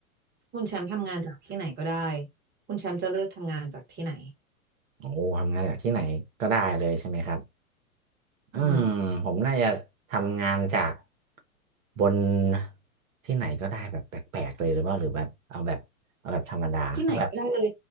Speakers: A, on the right; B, on the right.
A: คุณแชมป์ทำงานจากที่ไหนก็ได้คุณแชมป์จะเลือกทำงานจากที่ไหน
B: โอ้ทำงานแบบที่ไหนก็ได้เลยใช่ไหมครับ อืมผมน่าจะทำงานจาก
A: อือหือ
B: บนที่ไหนก็ได้แบบแปลกๆเลยหรือว่าหรือแบบเอาแบบเอาแบบธรรมดาถ้าแบบ
A: ที่ไหนก็ได้เลย